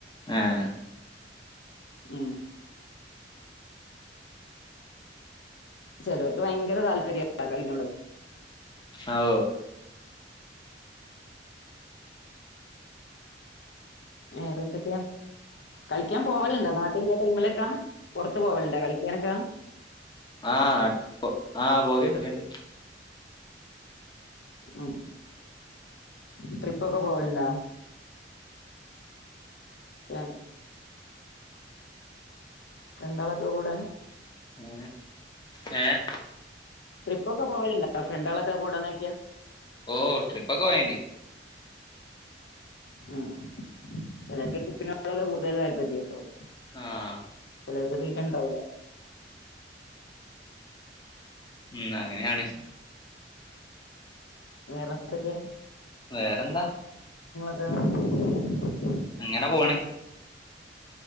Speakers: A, on the left; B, on the left.
A: ആഹ
B: ഉം ചിലവർക്ക് ഭയങ്കര താല്പര്യം കളിനോട്
A: ഓ
B: വേറെന്തൊക്കെയാ കളിക്കാൻ പോവലുണ്ടാ നാട്ടിലുള്ള ടൈമിലൊക്കാ പുറത്തു പോവലുണ്ടാ കളിക്കാനൊക്കാ-
A: ആഹ് നാട്ട ആഹ് പോകേണ്ട് ണ്ട്-
B: ഉം ട്രിപ്പൊക്കെ പോവലുണ്ടാ? ആഹ് - ഫ്രണ്ടാളൊക്കെ കൂടെ-
A: ഉം ഏ-
B: ട്രിപ്പ് ഒക്കെ പോല്ണ്ട ഫ്രണ്ടാളൊക്കെ കൂടാന്നായ്ക്കാ-
A: ഓ ട്രിപ്പക്ക പോയിണ്ട്-
B: ആഹ് ചെലർക്ക് ട്രിപ്പി <unintelligible> കൂടുതല് താല്പര്യോം
A: ആഹ്
B: ചെലർക്ക് തീരെ ഇണ്ടാവൂല
A: ഉം അങ്ങനെയാണ്
B: വേറെ എന്താക്കെ
A: വേറെന്താ
B: <unintelligible>
A: അങ്ങനെ പോണ്